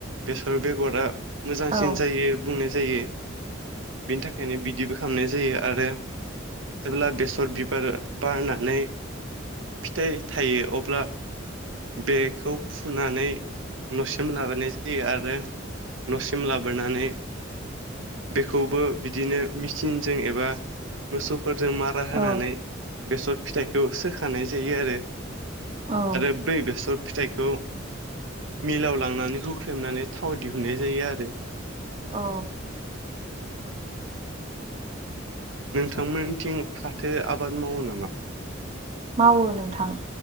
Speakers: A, on the right; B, on the right.
A: बेसर बेगरा मोजांसिन
B: औ
A: जायो बुंनाय जायो बेनि थाखायनो बिदिबो खालामनाय जायो आरो जेब्ला बेसर बिबार बारनानै फिथाइ थायो अब्ला बेखौ फुनानै न'सिम लाबोनाय जा रो आरो न'सिम लाबोनानै बेखौबो बिदिनो मेचिनजों एबा मोसौ फोरजों मारा होनानै
B: औ
A: बेसर फिथाइखौ सोखानाय जायो आरो
B: औ
A: आरो बै बेसर फिथाइखौ मिलाव लांनानै हुख्रेमनानै थाव दिहुननाय जायो आरो
B: औ
A: नोंथांमोनथिं फाथो आबाद मावो नामा?
B: मावो नोंथां।